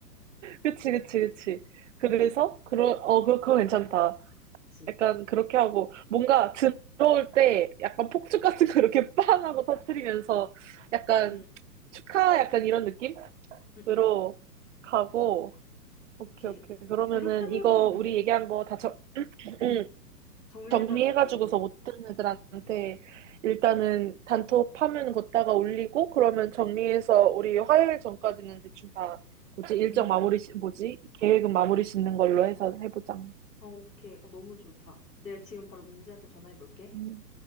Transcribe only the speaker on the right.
그치, 그치, 그치. 그래서 그러, 어, 그 그거 괜찮다.
약간 그렇게 하고 뭔가 들어올 때 약간 폭죽 같은 거 이렇게 <laughs> 빵 하고 터뜨리면서 약간
축하 약간 이런 느낌으로
가고
오케이 오케이 그러면은
이거 우리 얘기한 거 다 정, <clears throat>
정리해가지고서 못 듣는 애들한테 일단은 단톡 파면 걷다가 올리고 그러면 정리해서 우리 화요일 전까지는 대충 다 뭐지 일정
마무리 시- 뭐지 계획은 마무리 짓는 걸로 해서 해보자.
음.